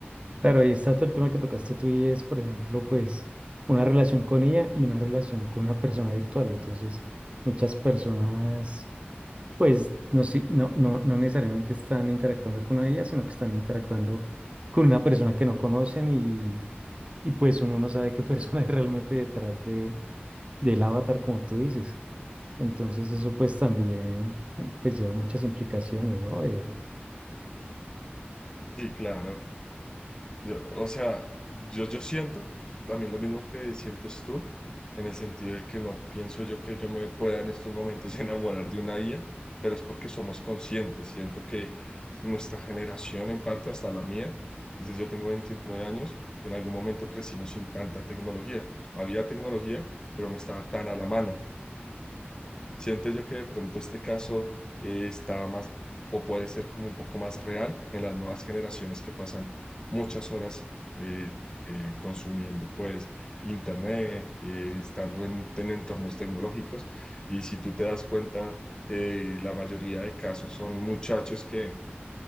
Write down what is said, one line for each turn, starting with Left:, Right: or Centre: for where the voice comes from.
Right: Claro, y está todo el tema que tocaste tú y es, por ejemplo, pues una relación con ella y una relación con una persona virtual. Entonces, muchas personas, pues, no, si- no, no, no necesariamente están interactuando con ella, sino que están interactuando con una persona que no conocen y, y pues uno no sabe qué persona <laughs> es realmente detrás de, del avatar, como tú dices. Entonces, eso pues también, pues, lleva muchas implicaciones, ¿no? Eh,
Left: Sí, claro. Yo- o sea, yo, yo siento también lo mismo que sientes tú, en el sentido de que no pienso yo que yo me pueda en estos momentos <laughs> enamorar de una IA, pero es porque somos conscientes. Siento que nuestra generación, en parte hasta la mía, que yo yo tengo 29 años, en algún momento crecimos sin tanta tecnología. Había tecnología, pero no estaba tan a la mano. Siento yo que de pronto este caso eh, está más o puede ser como un poco más real en las nuevas generaciones que pasan muchas horas eh, eh, consumiendo pues internet, eh, estando en, en entornos tecnológicos y si tú te das cuenta, eh, la mayoría de casos son muchachos que,